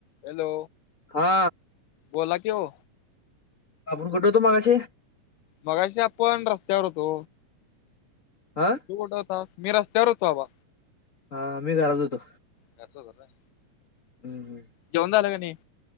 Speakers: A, on the left; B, on the left.
A: Hello
B: हा
A: बोला की ओ.
B: आपण कुठे होतो मगाशी?
A: मगाशी आपण रस्त्यावर होतो
B: हा
A: तू कुठे होतास? मी रस्त्यावरच बाबा.
B: हा मी घरात होतो.
A: <unintelligible>
B: हम्म हम्म.
A: जेवन झालं का नाही?